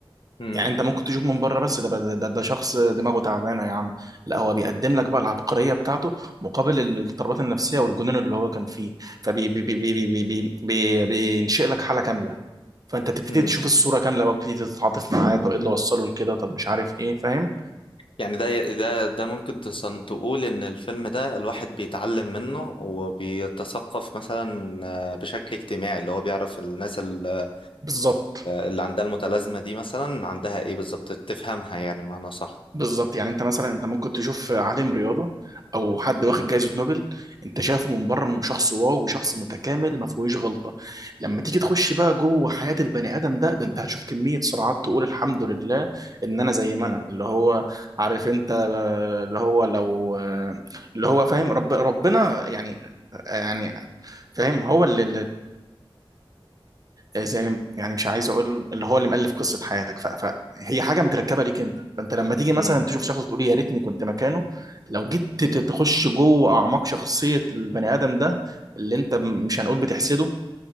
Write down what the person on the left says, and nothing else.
امم
امم
يعني ده ده ده ممكن تصن تقول ان الفيلم ده الواحد بيتعلم منه وبيتثقف مثلا آه، بشكل اجتماعي اللي هو بيعرف الناس ال-
اللي عندها المتلازمة دي مثلا عندها ايه بالظبط تفهمها يعني معنى صح
مم.
مم.